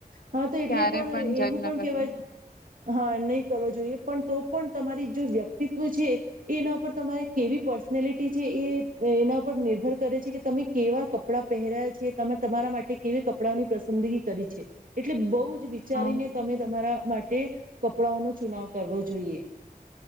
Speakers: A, on the right; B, on the left.
A: હા તો એટલે
B: ક્યારે
A: પણ
B: જજ
A: એવું
B: ન
A: પણ
B: કરવું
A: કેહેવાય હા નઈ કરવા જોઈએ પણ તો પણ તમારી જો વ્યક્તિત્વ છે એ એના પર તમારી કેવી પર્સનેલિટી છે એ એના પર નિર્ભર કરે છે કે તમે કેવા કપડા પહેર્યા છે તમે તમારા માટે કેવી કપડાની પસંદગી કરી છે એટલે બઉ જ વિચારીને
B: હા
A: તમે તમારા માટે કપડાઓનું ચુનાવ કરવો જોઈએ.